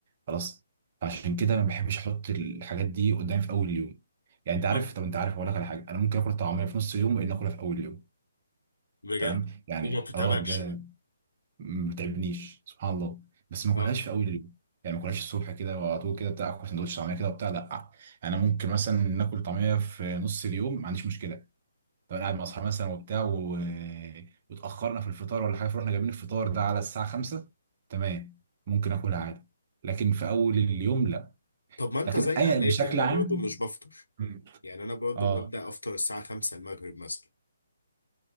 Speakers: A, on the right (about 35°); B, on the left (about 80°).
A: خلاص عشان كده ما بحبش احط الحاجات دي قدامي في اول اليوم يعني انت عارف
B: اه
A: طب انت عارف اقول لك على حاجة انا ممكن اكل الطعمية في نص اليوم وان اكلها في اول اليوم
B: بجد
A: تمام يعني
B: وما بتتعبكش
A: اه بجد
B: بقى
A: ما بتعبنيش سبحان الله بس ما اكلهاش
B: اه
A: في اول اليوم يعني ما اكلهاش الصبح كده وعلى طول كده بتاع اكل سندوتش طعمية كده وبتاع لا انا ممكن مثلا ناكل طعمية في نص اليوم ما عنديش مشكلة لو انا قاعد مع اصحابي مثلا وبتاع و... واتاخرنا في الفطار ولا حاجه فرحنا جايبين الفطار ده على الساعه 5 تمام ممكن اكلها عادي لكن في اول اليوم لا
B: طب ما انت
A: لكن
B: زي
A: اي
B: حالاتي
A: بشكل
B: انا
A: عام
B: برضو مش بفطر
A: مم.
B: يعني انا برضو
A: اه
B: ببدأ افطر الساعة 5 المغرب مثلا